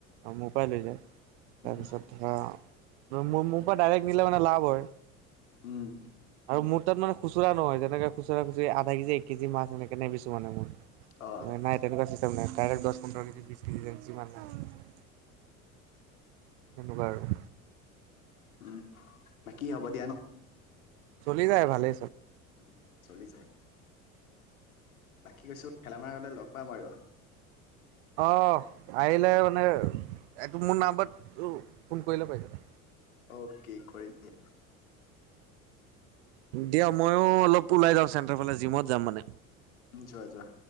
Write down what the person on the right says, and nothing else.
মোৰ পৰাই লৈ যায়।
তাৰপিছত ত, মোৰ মোৰ পৰা ডাইৰেক্ট নিলে মানে লাভ হয়।
আৰু মোৰ তাত মানে খুচুৰা নহয় যেনেকে খুচুৰা খুচৰি আধা কেজি এক কেজি মাছ এনেকে নিবিছো মানে মই।
নাই তেনেকুৱা চিষ্টেম নাই, ডাইৰেক্ট দছ কুন্তল
বিশ কেজি হওঁক যিমান হওঁক। তেনেকুৱা আৰু।
চলি যায় ভালে।
অ আহিলে মানে এইটো মোৰ নাম্বাৰত ফোন কৰিলে পাৰিব।
উম দিয়া মইও অলপ ওলাই যাওঁ চেণ্টাৰ ফালে জিমত যাম মানে।